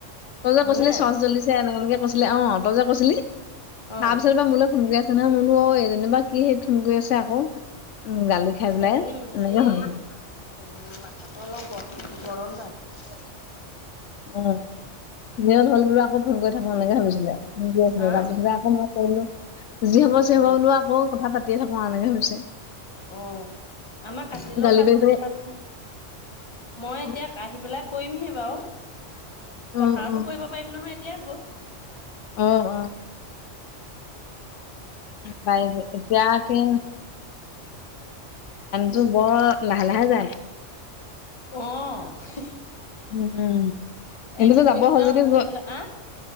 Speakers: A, on the left; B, on the left.
A: তই যে
B: হয়নে?
A: কৈছিলি চচ জ্বলিছ তে এনেকে -এনেকে কৈছিলে অ, তই যে কৈছিলি
B: অ
A: তাৰপিছৰ বা মুলে <unintelligible> জানা মই বুলো অ, এই যেনিবা কি হেইত ফোন কৰি আছে আকৌ? উম, গালি খাই
B: সেইজনী
A: পেলাই
B: হেৰি
A: এনেকে হৈ গৈছলে।
B: উম, মাথাটো অলপ গৰম -গৰম তাহাতে।
A: উম, জেল হ'ল বোলো আকৌ ফোন কৰি থাকিব নালাগে ভাবিছিলে <unintelligible>
B: আহ
A: তাৰপিছতে আকৌ মোক চাই লোৱা যি হব চি
B: অ
A: হব বুলো আকৌ কথা পাতিয়ে থাকো আ এনেকে ভাবিছে।
B: অ, আমাক কাটিলেও
A: গালি
B: কাত
A: পাৰিছে
B: না কাত খাত মই এতিয়া
A: উম
B: কাহী পেলাক কৰিমহি বাৰু পথাৰতো
A: উম উম
B: কৰিব পাৰিম নহয় এতিয়া গৈ?
A: উম- উম বাই হে এতিয়াকে টো বৰ লাহে -লাহে যায়।
B: অ, <unintelligible>
A: উম, কিন্তুতো
B: এক
A: যাব
B: মিনিটৰ
A: হ'ল যদি
B: মূল্য
A: যোৱা।
B: আ